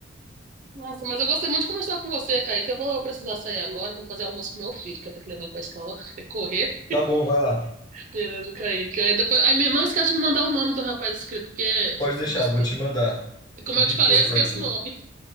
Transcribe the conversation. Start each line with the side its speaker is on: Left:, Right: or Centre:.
Right: nossa, mas eu gostei muito de conversar com você, Kaique. Eu vou precisar sair agora para fazer almoço pro meu filho, que eu tenho que levar ele pra escola, <laughs> tem que correr.
Left: Tá bom, vai lá.
Right: Beleza, Kaique. Aí depois, aí me- não esquece de me mandar o nome do rapaz inscrito, porque
Left: Pode
Right: senão
Left: deixar,
Right: eu esqueço.
Left: vou te mandar.
Right: Como
Left: Viktor
Right: eu te falei,
Left: Frankl.
Right: eu esqueço o nome.